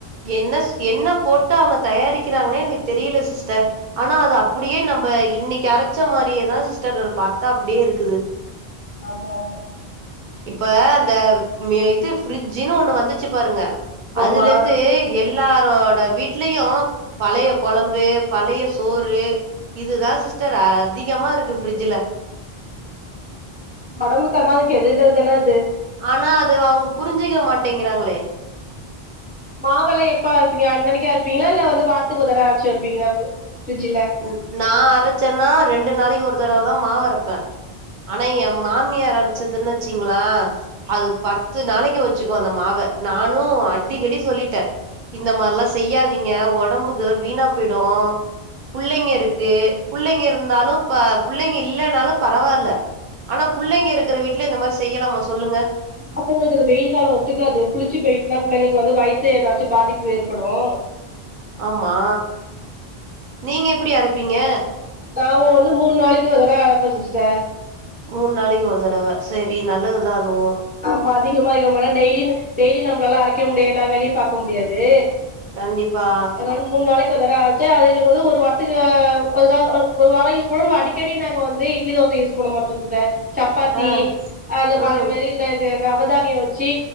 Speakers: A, on the right (about 55°); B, on the right (about 15°).
A: என்ன என்ன போட்டு அவங்க தயாரிக்கிறாங்கன்னே எனக்கு தெரியல சிஸ்டர் ஆனா அத அப்படியே நம்ம இன்னைக்கு அரைச்ச மாதிரியேதா சிஸ்டர் பாத்தா அப்படியே இருக்குது <inaudible>
B: ஆமா ஆமா
A: இப்ப அந்த இது பிரிட்ஜின்னு ஒண்ணு வந்துச்சு பாருங்க அதுல
B: ஆமா
A: இருந் எல்லாரோட வீட்லயும் பழைய கொழம்பு பழைய சோறு இதுதா சிஸ்டர் அ அதிகமாருக்கு ஃப்ரிட்ஜில
B: ஒடம்புக்கு அனால் கெடுதல் தானே அது
A: ஆனா அது அவுங்க புரிஞ்சுக்க மாட்டேங்றாங்களே
B: மாவெல்லா எப்போ அரப்பிங்க அன்னக்கு அரப்பீங்களா இல்ல வந்து வார்த்துக்கு ஒருதட அரச்சி வைப்பிங்களா ஃப்ரிட்ஜில
A: ம் நா அரைச்சன்னா ரெண்டு நாளைக்கு ஒரு தடவ தா மாவரப்பே ஆனா ய மாமியார் அரைச்சுதுன்னச்சிங்கள அது பத்து நாளைக்கு வெச்சுக்கோ அந்த மாவ நானு அடிக்கடி சொல்லிட்ட இந்த மார்ல்லாம் செய்யாதீங்க ஒடம்புக்கு வீணா போயிடும் புள்ளைங்கருக்கு புள்ளைங்கருந்தாலும் பா புள்ளைங்க இல்லைன்னாலும் பரவால்ல ஆனா புள்ளைங்க இருக்கிற வீட்ல இந்தமாரி செய்யலாமா சொல்லுங்க
B: பசங்களுக்கு இந்த வெயில் காலோ ஒத்துக்காது புளிச்சு போயிட்னா புள்ளைளுக்கு வந்து வயித்து ஏதாச்சும் பாதிப்பு ஏற்படும்
A: ஆம்மா நீங்க எப்படி அரப்பீங்க
B: தா உ வந்து மூணு நாளைக்கு ஒரு தடவ அரப்ப சிஸ்ட
A: மூணு நாளைக்கு ஒரு தடவ செரி நல்லது தா அதுவு
B: ஆமா அதிகமா டெய்லி டெய்லி நம்ளால அரைக்க முடியு எல்லா வேலயும் பாக்க முடியாது
A: கண்டிப்பா
B: அந்தாங்க ஒரு மூணு நாளைக்கு அதனா ஆச்சு அது ஒரு வார்த்துக்கு அ ஒரு நாளைக் யூஸ் பண்ணு அடிக்கடி நாங்க வந்து இட்லி தோச யூஸ் பண்ண மட்டுந்த சப்பாத்தி
A: அ,
B: அந்த பாதி
A: ம்.
B: மாரி இன்னக்கு நவதானியம் வச்சி